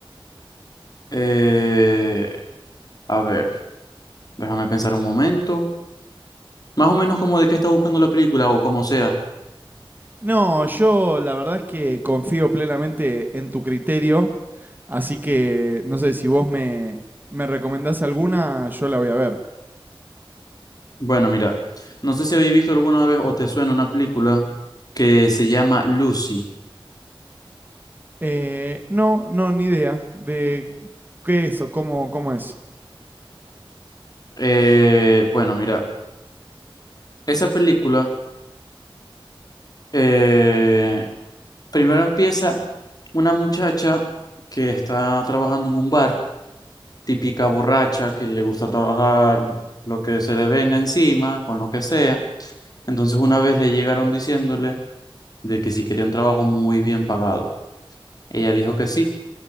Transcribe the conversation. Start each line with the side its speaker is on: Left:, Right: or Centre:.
Left: Eh, a ver, déjame pensar un momento. Más o menos como de qué está buscando la película o como sea.
Right: No, yo la verdad es que confío plenamente en tu criterio, así que no sé si vos me, me recomendás alguna, yo la voy a ver.
Left: Bueno, mira, no sé si habéis visto alguna vez o te suena una película que se llama Lucy.
Right: Eh, no, no, ni idea de qué es o cómo, cómo es.
Left: Eh, bueno, mira, esa película eh, primero empieza una muchacha que está trabajando en un bar típica borracha que le gusta trabajar lo que se le venga encima, con lo que sea. Entonces una vez le llegaron diciéndole de que si quería un trabajo muy bien pagado. Ella dijo que sí